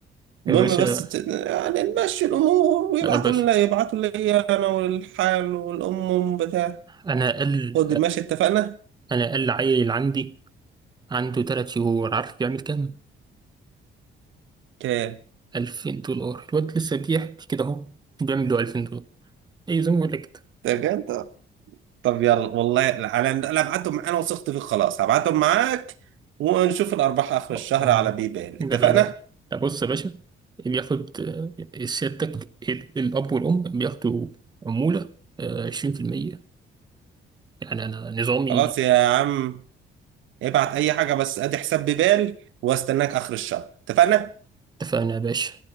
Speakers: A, on the right; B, on the right.
A: المهم
B: يا باشا
A: بس ت... يعني نمشي الأمور ويبعتوا
B: يا باشا
A: لنا يبعتوا لي أنا والحال والأم بتاع
B: أنا أقل
A: خد ماشي اتفقنا؟
B: أنا أقل عيل عندي عنده تلات شهور عارف بيعمل كام؟
A: اوكي
B: 2000 دولار الواد لسه بيحكي كده أهو بيعمل له 2000 دولار إيه زي ما بقول لك كده.
A: ده بجد؟ طب يلا والله أنا أنا هبعتهم معاك، أنا وثقت فيك خلاص هبعتهم معاك ونشوف الأرباح آخر
B: اه
A: الشهر على بيبال
B: لا
A: اتفقنا؟
B: لا لا لا بص يا باشا بياخد آه، سيادتك ال- الأب والأم بياخدوا عمولة آه، عشرين في المية يعني أنا نظامي
A: خلاص يا عم ابعت أي حاجة بس أدي حساب بيبال وأستناك آخر الشهر اتفقنا؟
B: اتفقنا يا باشا